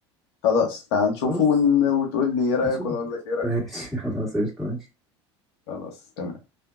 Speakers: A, on the left; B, in the centre.
A: خلاص تعال نشوفه
B: بص
A: ون... وتقول لي إيه رأيك
B: نشوف
A: وأنا أقول لك إيه رأيك
B: ماشي <laughs> خلاص قشطه ماشي
A: خلاص تمام